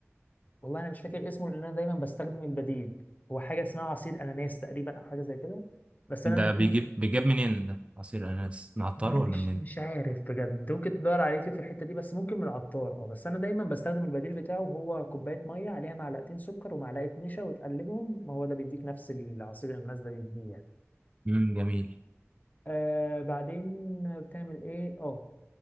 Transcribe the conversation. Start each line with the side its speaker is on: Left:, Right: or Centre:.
Left: والله انا مش فاكر اسمه لان انا دايما بستخدم البديل هو حاجه اسمها عصير اناناس تقريبا او حاجه زي كده بس انا
Right: ده بيجيب بيجيب منين ده عصير اناناس نعطره
Left: والله
Right: ولا
Left: مش
Right: منين
Left: مش عارف بجد انت ممكن تدور على اليوتيوب في الحته دي بس ممكن من العطار اه بس انا دايما بستخدم البديل بتاعه وهو كوبايه ميه عليها معلقتين سكر ومعلقه نشا وتقلبهم ما هو ده بيديك نفس العصير اللي الناس ده بيديه يعني
Right: امم جميل
Left: آه بعدين بتعمل ايه اه